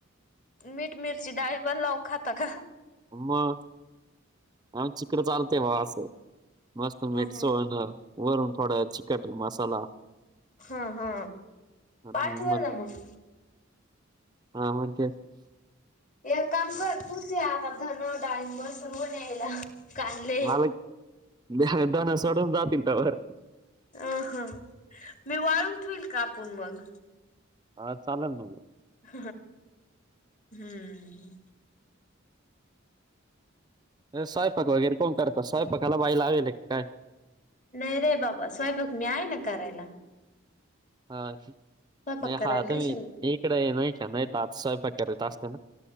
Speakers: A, on the left; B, on the right.
A: मीठ मिरची डाळींबाला लावून खाता का
B: मग आमच्या इकडं चालते बा असं मस्त मिठ
A: हा.
B: सोळून वरून थोडा चिकट मसाला
A: हा हा
B: आणि
A: पाठल ना मग
B: हा म्ह ते
A: एक काम कर तूच य आता धन डाळींबर सर्व न्यायला कांदे
B: मालक दण सोडून जातील त्यावर
A: अ ह मी वाळून ठेईल कापुण मग
B: हा चालल ना मग
A: ह हम्म
B: स्वयंपाक वगैरे कोण करता स्वयंपाकाला बाई लावेली की काय
A: नाही रे बाबा स्वयंपाक मी आहे ना करायला
B: हा
A: स्वयंपाक
B: नाही
A: करायला
B: हा आता
A: कशाला
B: मी इकडे नाही का नाही तर आता स्वयंपाक करत असते ना